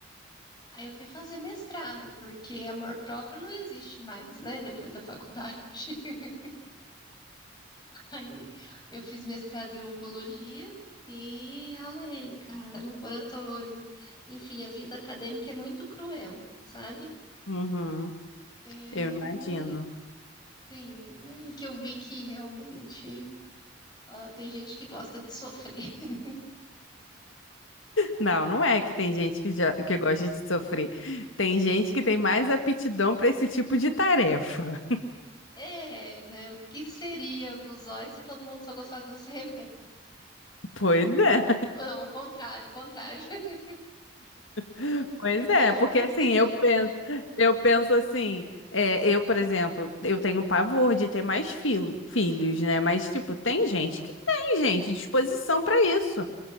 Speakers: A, on the left; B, on the left.
A: aí eu fui fazer mestrado, porque amor próprio não existe mais, né? Depois da faculdade. <laughs> Aí eu fiz mestrado em oncologia e ralei, cara, laboratório. Enfim, a vida acadêmica é muito cruel, sabe?
B: Uhum,
A: É, e
B: eu imagino.
A: aí, sim, e aí que eu vi que realmente Ah, tem gente que gosta de sofrer. <laughs>
B: Não, não é que tem gente que, já, que gosta de sofrer. Tem gente que tem mais aptidão para esse tipo de tarefa.
A: É, né? O que seria do Zói se todo mundo só gostasse dos remédios?
B: Pois é,
A: Ou não, o contrário, o contrário. <laughs>
B: <laughs> pois é,
A: Ficou
B: porque
A: esquisito.
B: assim, eu penso, eu penso assim, é, eu, por exemplo, eu tenho pavor de ter mais fil- filhos, né? Mas, tipo, tem gente que tem, gente, disposição para isso,